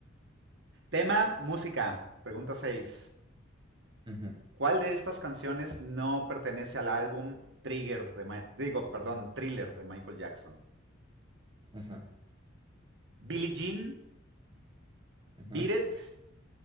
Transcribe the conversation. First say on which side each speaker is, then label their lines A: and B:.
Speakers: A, on the right (about 60°); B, on the right (about 25°).
A: Tema, música. Pregunta seis.
B: Ujú,
A: ¿Cuál de estas canciones no pertenece al álbum Trigger de Ma- digo, perdón, Thriller de Michael Jackson?
B: ujú,
A: Billie Jean,
B: ujú,
A: Beat It,